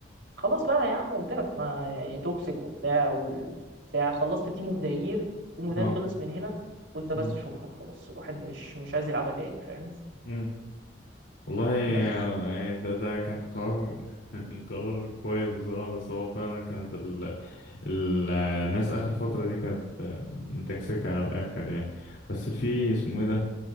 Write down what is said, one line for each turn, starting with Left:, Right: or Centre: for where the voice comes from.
Right: خلاص بقى يا عم قلت لك ما يعني توكسيك وبتاع والبتاع خلصت تيم اوف ذا يير تيم اوف ذا
Left: اه
Right: خلص من هنا قلت بس
Left: امم
Right: شكرا خلاص الواحد مش مش عايز يلعبها تاني فاهم
Left: امم والله آه،
Right: بس
Left: ده ده كان قرار <laughs> قرار كويس بصراحة بس هو فعلا كانت ال... ال... الناس آخر فترة دي كانت آه، متكسكة على الآخر يعني بس في اسمه ايه ده